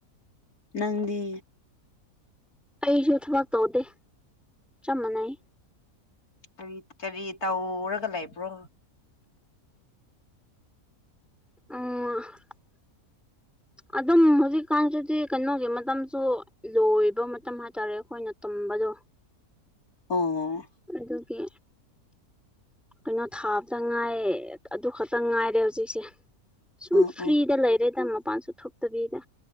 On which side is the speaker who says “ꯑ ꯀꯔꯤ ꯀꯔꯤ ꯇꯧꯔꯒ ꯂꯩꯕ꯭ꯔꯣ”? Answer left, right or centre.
Left